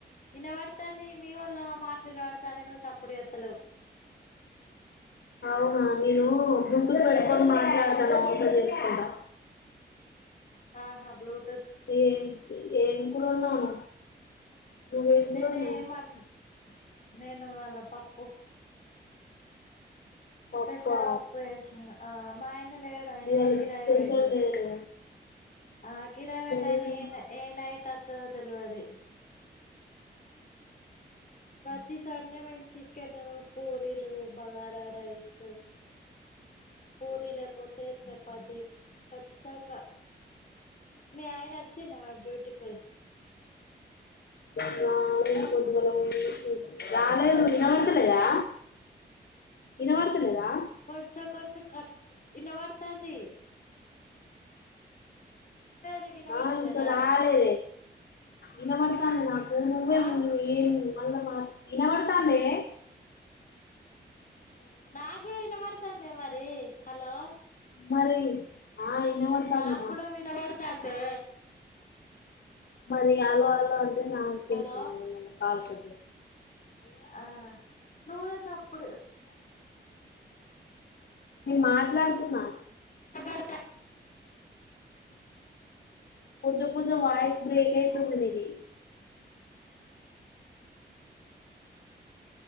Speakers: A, on the left (about 45°); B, on the left (about 60°).
A: విన పడతంది మీ వల్ల మాట్లిన వాడతానే నువ్వు సప్పుడు ఎత్తలేవు.
B: అవునా నేను గుంతు పెట్టుకొని మాట్లాడతన వంట చేసుకుంటా.
A: ఆహా బ్లూట్
B: ఏం ఏం కూర వండినవు నువ్వు ఏం కురోండినవు.
A: నేనేమన్ నేను ఇవాళ పప్పు
B: పప్పా
A: పెసరపప్పు చేసినా ఆ మ ఇంట్ల లే ఏడ అయినా
B: ఇయాల
A: కిరాయి
B: స్పెషల్
A: పోయిండు.
B: లేదు
A: ఆ కిరావయన
B: రేపు
A: ఏ ఏనయిట్త్త తెలివది. ప్రతి సండే మేము చికెను పూరీలు బగారా రైస్ పూరి లేకపోతే, చెపాతి ఖచ్చితంగా మీ ఆయన వచ్చిండ డ్యూటీకి పోయి.
B: హా
A: హలో
B: పొదిగేల పోయిండు వస్తా
A: ఆహా
B: లేదా ఇనపడతలేదా
A: కొంచెం కొంచెం కట్ ఇనపడతాంది నీకు ఇనబడతలేదా
B: ఆ ఇంక చాలే ఇనపడుతోంది. నాకు నువ్వే
A: ఆ
B: ముందు ఏ మల్లా మాకి ఇనాపడతందే.
A: నాకుడా ఇనపాడ్ తమదే మరి హలో
B: మరి ఆ వినబడతాంది
A: నాకు కూడా వినబడుతాందే
B: మరి అలో అలో అ అ నాకు టెన్షన్
A: హలో
B: మాట్లాడు
A: ఆ నూయ చాపుడు
B: న మాట్లాడతున్నా.
A: సబర్త
B: పూజ పూజ వయిస్ బ్రేక్ అయితది నీది